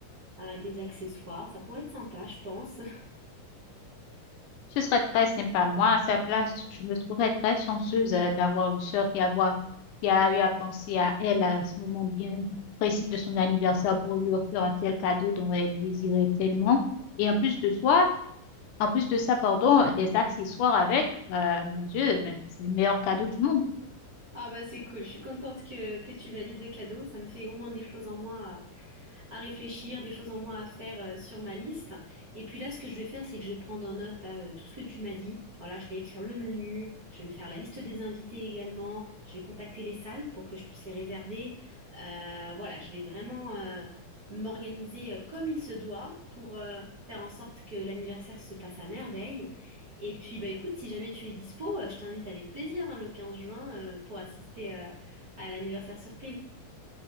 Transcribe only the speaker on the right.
euh, des accessoires. Ça pourrait être sympa, je pense.
Ah bah c'est cool, je suis contente que, que tu valides le cadeau. Ça me fait au moins des choses en moins à, à réfléchir, des choses en moins à faire euh, sur ma liste. Et puis là, ce que je vais faire, c'est que je vais prendre en note là, euh, tout ce que tu m'as dit. Voilà, je vais écrire le menu, je vais me faire la liste des invités également, je vais contacter les salles pour que je puisse les réserver. Euh, voilà, je vais vraiment euh, m'organiser euh, comme il se doit pour euh, faire en sorte que l'anniversaire se passe à merveille. Et puis, bah écoute, si jamais tu es dispo, euh, je t'invite avec plaisir hein, le 15 juin euh, pour assister euh, à l'anniversaire surprise.